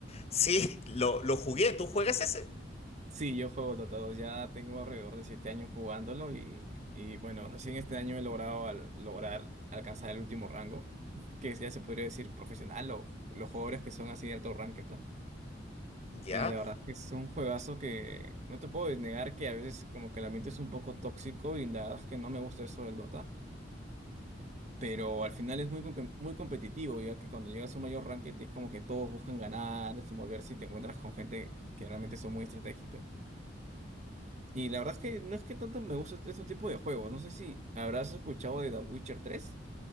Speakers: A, on the left (about 35°); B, on the right (about 40°).
A: Sí, lo, lo jugué.
B: Sí,
A: ¿Tú juegas ese?
B: Sí, yo juego Dota dos. Ya tengo alrededor de 7 años jugándolo y, y bueno, recién este año he logrado al- lograr alcanzar el último rango, que ya se podría decir profesional o los jugadores que son así de alto ranked,
A: Ya.
B: Y la verdad es que es un juegazo que no te puedo negar que a veces como que el ambiente es un poco tóxico y la verdad es que no me gusta eso del Dota. Pero al final es muy, com- muy competitivo, ya que cuando llegas a un mayor ranking es como que todos buscan ganar, desenvolverse y te encuentras con gente que realmente son muy estratégicas. Y la verdad es que no es que tanto me gusta este tipo de juegos. No sé si habrás escuchado de The Witcher tres